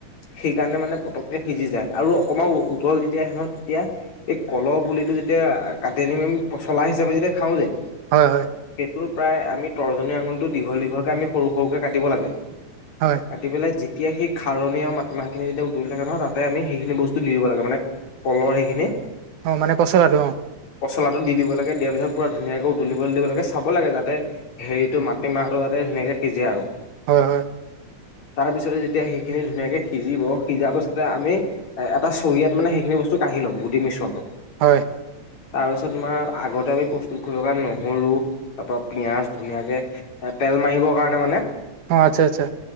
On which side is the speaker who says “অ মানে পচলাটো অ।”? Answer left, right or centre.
Right